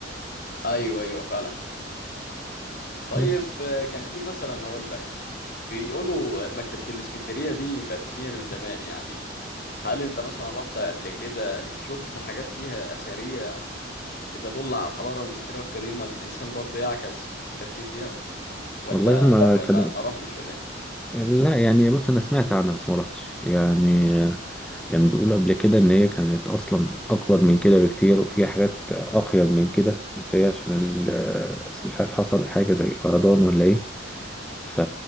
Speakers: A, on the left; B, in the centre.
A: ايوه ايوه فعلا طيب
B: بس
A: آه، كان في مثلا هقول لك بيقولوا مكتبه الاسكندريه دي مبنيه من زمان يعني هل انت مثلا رحت قبل كده شفت حاجات فيها اثريه بتدل على الحضارة المصرية القديمة اللي الإنسان برضه يعكس في التفكير فيها ولا
B: والله هما
A: ولا
B: كانوا
A: ما رحتش ولا إيه؟
B: لا يعني بص أنا سمعت عنها بس ما رحتش يعني كان بيقولوا قبل كده إن هي كانت أصلا أكبر من كده بكتير وفيها حاجات أقيم من كده بس هي عشان ال... بس مش عارف حصل حاجة زي فيضان ولا إيه ف...